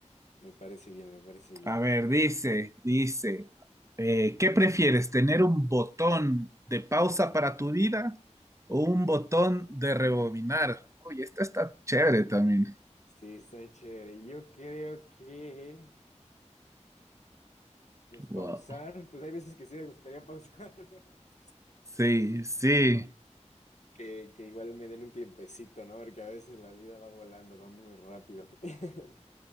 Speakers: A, on the left (about 70°); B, on the right (about 25°).
A: Me parece bien, me parece bien.
B: A ver, dice, dice, eh, ¿qué prefieres, tener un botón de pausa para tu vida o un botón de rebobinar? Uy, esta está chévere también.
A: Sí, está chévere. Yo creo que, pues
B: Wow.
A: pausar, pues hay veces que sí me gustaría pausar. <laughs>
B: Sí,
A: Ay, caray.
B: sí,
A: Que, que igual me den un tiempecito, ¿no? Porque a veces la vida va volando, va muy rápido. <laughs>